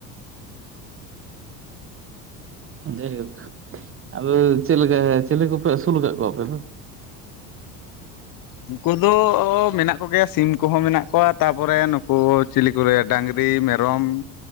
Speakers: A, on the right (about 25°); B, on the left (about 45°).
A: <inaudible> ᱡᱟᱭᱦᱳᱠ, ᱟᱫᱚ ᱪᱮᱫ ᱞᱮᱠᱟ ᱪᱤᱞᱤ ᱠᱚᱯᱮ ᱟᱹᱥᱩᱞ ᱟᱠᱟᱫ ᱠᱚᱣᱟ ᱟᱯᱮ ᱫᱚ?
B: ᱩᱱᱠᱩ ᱫᱚ ᱢᱮᱱᱟᱜ ᱠᱚ ᱜᱮᱭᱟ ᱥᱤᱢ ᱠᱚᱦᱚᱸ ᱢᱮᱱᱟᱜ ᱠᱚᱣᱟ ᱛᱟᱯᱚᱨᱮ ᱱᱩᱠᱩ ᱪᱤᱞᱤ ᱠᱚ ᱞᱮᱭᱟ, ᱰᱟᱝᱨᱤ ᱢᱮᱨᱚᱢ